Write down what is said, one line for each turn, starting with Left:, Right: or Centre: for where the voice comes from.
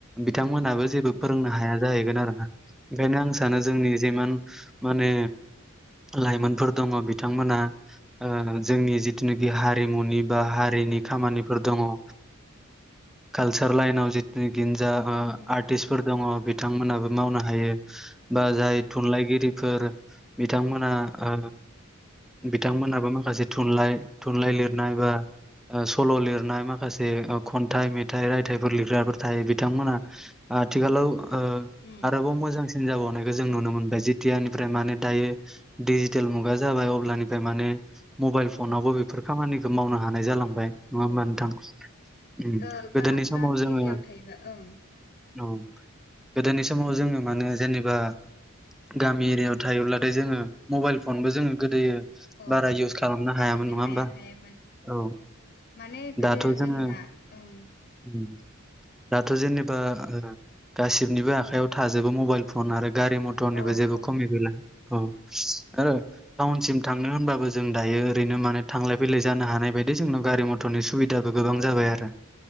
Centre: बिथांमोनाबो जेबो
Left: औ
Centre: फोरोंनो हाया जाहैगोन आरो। आरोना ओंखायनो आं सानो जोंनि जेमान माने लाइमोनफोर दङ बिथांमोना ओ जोंनि जिथुनाखि हारिमुनि बा हारिनि खामानिफोर दङ। ओ कालचार लाइनाव जितुनाखि जा
Left: उम
Centre: आर्टिसफोर दङ बिथांमोनहाबो मावनो हायो बा जाय थुनलाइगिरिफोर बिथांमोना ओ बिथांमोनाबो माखासे थुनलाइ थुनलाइ लिरनाय बा ओ सल' लिरनाय मा खासे खन्थाइ, मेथाइ, रायथाइफोर लिरग्राफोर थायो बिथांमोना ओ थिखालाव ओ
Left: उम
Centre: आरोबाव मोजांसिन जाबावनायखो जों नुनो मोनबाय। जेथियानिफ्राय माने दायो देजिटेल मुगा जाबाय अब्लानिफ्राय माने मबा मबाइल फनावबो बेफोर खामानिखो मावनो हानाय जालांबाय नङा
Left: औ
Centre: होमा नोंथां?
Left: औ
Centre: उम
Left: ओ
Centre: गोदोनि
Left: गा-गामि
Centre: समाव जोङो
Left: एरियायाव थायोबा ओं
Centre: औ। गोदोनि समाव जोङो माने जेनेबा गामि एरियाायाव थायोब्लाथाय जोङो मबाइल फनबो जोङो गोदोयो
Left: औ
Centre: बारा इउस खालामनो
Left: बाहायनो
Centre: हायामोन नङा
Left: हाया
Centre: होमबा।
Left: हायामोन
Centre: औ
Left: माने गोदो
Centre: दाथ' जोङो
Left: जोंना ओं।
Centre: उम दाथ' जेनेबा गासिबनिबो आखायाव थाजोबो मबाइल फन आरो गारि मथरनिबो
Left: औ
Centre: जेबो
Left: औ
Centre: खमि गैला। औ। ओ टाउनसिम थांनो होनबाबो जों दायो ओरैनो माने थांलाय फैलाय जानो हानाय बायदिनो जोंनाव गारि मथरनि सुबिदाबो गोबां
Left: औ
Centre: जाबाय
Left: औ
Centre: आरो।